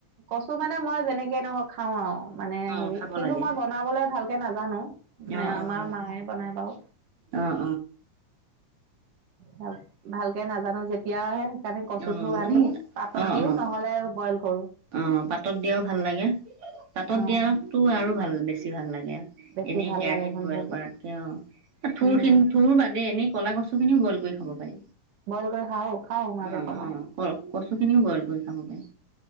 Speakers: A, on the right; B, on the right.
A: কচু মানে মই যেনেকে নহওঁক খাওঁ আৰু! মানে
B: অ',
A: হেৰি!
B: খাব
A: কিন্তু
B: লাগে
A: মই বনাবলৈ ভালকে নাজানো।
B: অ',
A: আমাৰ
B: অ',
A: মায়ে বনাই বাৰু।
B: অ',
A: ভাল -ভালকে নাজানো যেতিয়াহে তাতে কচুথোৰ
B: অ',
A: আনি পাতত
B: অ', অ',
A: দিও
B: অ'।
A: নহলে বইল কৰো।
B: অ পাতত দিয়াও ভাল লাগে পাতত
A: অ
B: দিয়া তো আৰু ভাল বেছি ভাল লাগে
A: বেছি
B: এনেই
A: ভাল
B: কেৰাহিত
A: লাগে গোন্ধটো
B: বইল কৰাতকে অ' থোৰখিনি
A: উম
B: থোৰ বাদে এনেই কলা কচ চুখিনিও বইল কৰি খাব পাৰি
A: বইল কৰি খাও খাও মাজে
B: অ'
A: সময়ে
B: অ' ক-কচুখিনিও বইল কৰি খাব পাৰি।